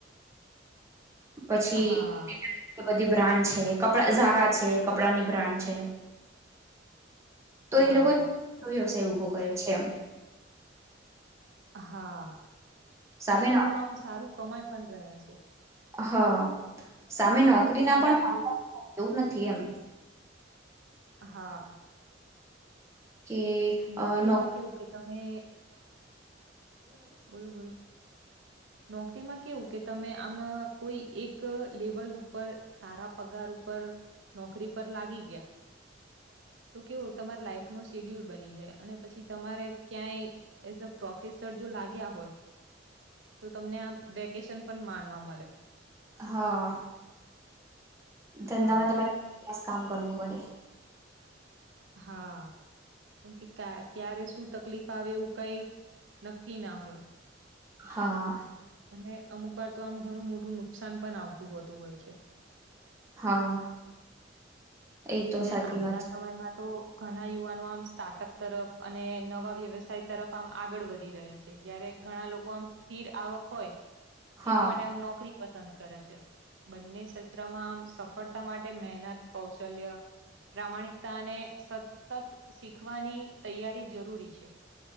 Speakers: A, on the right (about 75°); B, on the right (about 15°).
A: <inaudible>
B: પછી
A: હા
B: બધીબ બ્રાન્ડ છે, કપડા ઝારા છે, કપડાની બ્રાન્ડ છે. તો
A: હા
B: ઇ લોકોએ <inaudible> ઉભો કર્યો છે કેમ
A: હા
B: સામે
A: ને ઈ
B: નો
A: લોકો આમ સારું કમાઈ પણ રહ્યા છે.
B: હા, સામે નોકરી ના
A: તમે
B: પણ
A: આમ જોશો કે
B: <unintelligible> નથી એમ.
A: હા
B: કે
A: નોકરીમાં
B: નો
A: કેવું કે તમે બોલો બોલો. નોકરીમાં કેવું કે તમે આમા, કોઈ એક લેવલ ઉપર, સારા પગાર ઉપર નોકરી પર લાગી ગયા, તો કેવુ, તમાર લાઈફ નુ શિડયુલ અની જાય, અને પછી તમારે ક્યાંય, એઝ અ પ્રોફેસર જો લાગ્યા હોય તો તમને આમ, વેકેશન પણ માનવા મળે.
B: અહા ધંધામાં
A: હા
B: તમારે <inaudible> કામ કરવું પડે.
A: હા કેમ કે કા ક્યારે શું તકલીફ આવે એવું કાઈ, નક્કી ના હોય.
B: હા
A: અને, અમુક વાર તો આમ ઘણું મોટું નુકસાન પણ આવતું હોતું હોય છે.
B: હા એ તો
A: અને
B: સાચી
A: આજના
B: વાત છે
A: સમયમાં તો, ઘના યુવાનો આમ સ્ટાર્ટઅપ તરફ અને નવા વ્યવસાય તરફ આમ આગળ વધી રહ્યા છે. જયારે, ઘણા લોકો આમ સ્થિર આવક હોય,
B: હા
A: એની માટે આમ નોકરી પસંદ કરે છે, બંને ક્ષેત્રમાં આમ સફળતા માટે મહેનત કૌશલ્ય પ્રામાણિકતા અને, સતત શીખવાની તૈયારી જરૂરી છે.